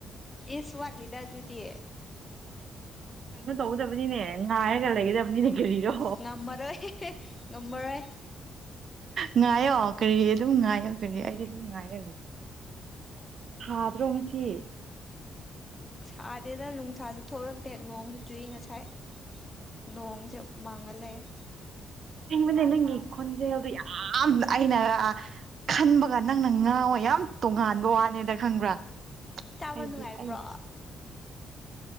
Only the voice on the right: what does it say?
ꯀꯩꯅꯣ ꯇꯧꯒꯗꯕꯅꯤꯅꯦ ꯉꯥꯏꯔꯒ ꯂꯩꯒꯗꯕꯅꯤꯅꯦ ꯀꯔꯤꯔꯣ
ꯉꯥꯏꯌꯣ ꯀꯔꯤ ꯑꯗꯨꯝ ꯉꯥꯏꯌꯣ ꯀꯔꯤ ꯑꯩꯗꯤ ꯑꯗꯨꯝ ꯉꯥꯏꯔ ꯂꯩ ꯊꯥꯗ꯭ꯔꯣ ꯉꯁꯤ
ꯊꯦꯡꯕꯅꯦ ꯅꯪꯒꯤ ꯈꯣꯟꯖꯦꯜꯗꯣ ꯌꯥꯝꯅ ꯑꯩꯅ ꯈꯟꯕꯒ ꯅꯪꯅ ꯉꯥꯎ ꯌꯥꯝ ꯇꯣꯉꯥꯟꯕ ꯋꯥꯅꯤ <unintelligible> ꯈꯪꯕ꯭ꯔꯥ
ꯍꯥꯏꯗꯤ
ꯑꯩ